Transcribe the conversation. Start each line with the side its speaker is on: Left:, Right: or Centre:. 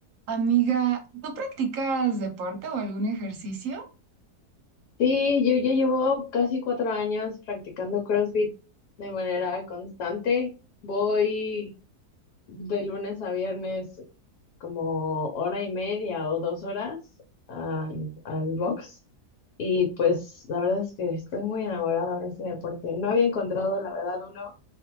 Right: Amiga, ¿tú practicas deporte o algún ejercicio?
Left: Sí, yo ya llevo casi cuatro años practicando CrossFit de manera constante. Voy de lunes a viernes como hora y media o dos horas al, al box. Y pues la verdad es que estoy muy enamorada de ese deporte. No había encontrado, la verdad, uno